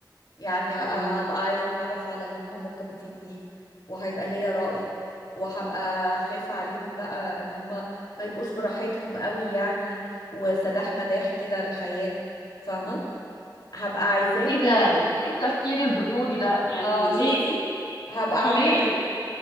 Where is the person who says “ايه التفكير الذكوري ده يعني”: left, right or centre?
Left